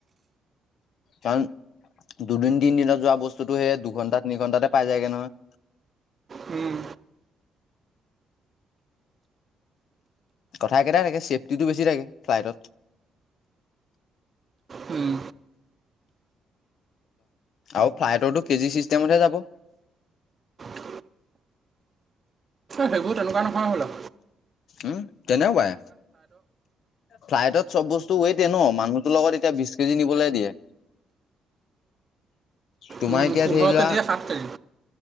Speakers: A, on the left (about 65°); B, on the right (about 40°).
A: কাৰণ দুদিন-তিনদিনত যোৱা বস্তুটো সেই দুঘন্টা-তিনিঘন্টাতে পাই যায়গে নহয়।
B: উম।
A: কথা একেটাই থাকে, চেফটিটো বেছি থাকে ফ্লাইটত।
B: উম।
A: আৰু ফ্লাইটৰটো কেজি চিষ্টেমতহে যাব।
B: এ সেইবোৰ তেনেকুৱা নহয় হবলা।
A: উম, তেনেকোৱাই, ফ্লাইটত চব বস্তু ৱেইট এ ন', মানুহটোৰ লগত এতিয়া বিশ কেজি নিবলৈ দিয়ে। তোমাৰ
B: উম,
A: এতিয়া
B: পোন্ধৰ
A: ধৰি লোৱা,
B: কেজিয়ে সাত কেজি